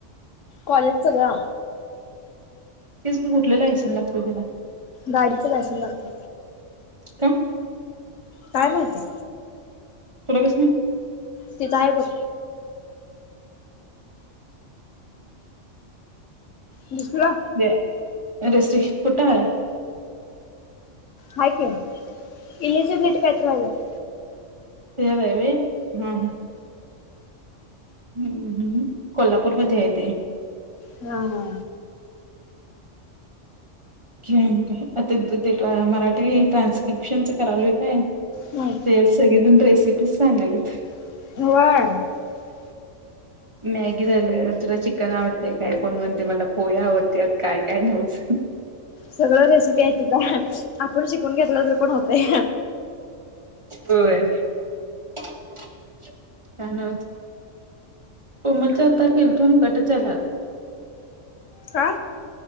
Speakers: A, on the left; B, on the right.
A: कॉलेज च् ग.
B: तेच मी कुठलेला <unintelligible> सन लागत त्याला?
A: गाडीचे लायसन लागत.
B: का?
A: काय माहिती?
B: तुलागस <unintelligible>
A: तिथं आहे बघ. दुसरा
B: ह रेस्ट्रिकशन कुठं आहे?
A: हायकी इलीजिबिलीटी कायतर <unintelligible>
B: ते <inaudible> हम हम. हम्म हम् कोल्हापूर मध्ये आहे ते.
A: हा ह
B: कि का आता ते मराठी ट्रान्स्क्रिप्शनच करालोय काय
A: नाही
B: ते सगजून रेसिपी सांगालेत
A: व <unintelligible>
B: मॅगी झालं, तुला चिकन आवडतय काय? फण म्हणते मला पोयावरतीत काय काय न्हवच.
A: सगळ रेसिपी आहे तिथ आपण शिकून घेतलं तर होतय.
B: होय. काय नवत कोमलचा आता केेलतो नि कटच जाला आग.
A: का?